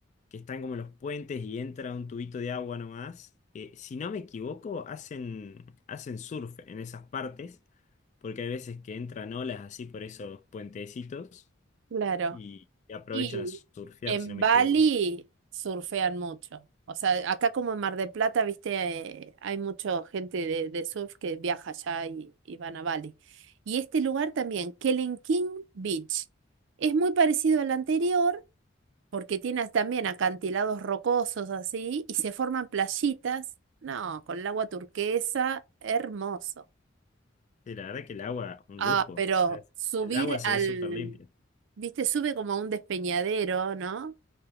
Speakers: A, on the left; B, on the right.
A: que están como los puentes y entra un tubito de agua nomás, eh, si no me equivoco, hacen, hacen surf en esas partes, porque hay veces que entran olas así por esos puentecitos
B: Claro.
A: y y aprovechan
B: Y
A: a surfear,
B: en
A: si no me
B: Bali
A: equivoco.
B: surfean mucho. O sea, acá como en Mar del Plata, viste, eh, hay mucha gente de, de surf que viaja allá y, y van a Bali. Y este lugar también, Kelenking Beach, es muy parecido al anterior porque tiene también acantilados rocosos así y se forman playitas, no, con el agua turquesa, hermoso.
A: Sí, la verdad que el agua, un
B: Ah,
A: lujo. O
B: pero
A: sea,
B: subir
A: el agua se
B: al,
A: ve súper limpia.
B: viste, sube como a un despeñadero, ¿no?